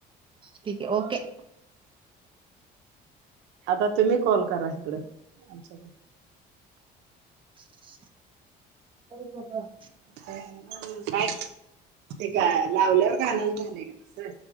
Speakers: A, on the right; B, on the right.
A: ठीक आहे ओके.
B: आता तुम्ही कॉल करा हिकड आमच्याकड.
A: <unintelligible>
B: काय ते काय लावल्यावर कानाला झालंय ग तस.